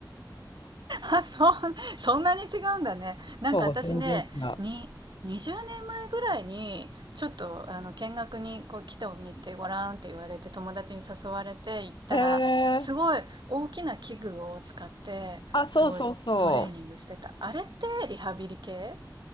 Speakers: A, on the right; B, on the left.
A: あそんそんなに違うんだねなんか私ねに20年前ぐらいにちょっとあの見学にこう来てみてごらんって言われて友達に誘われて行ったらすごい大きな器具を使ってすごいトレーニングしてたあれってリハビリ系
B: そう、全然違う。へえ。あ、そうそうそう。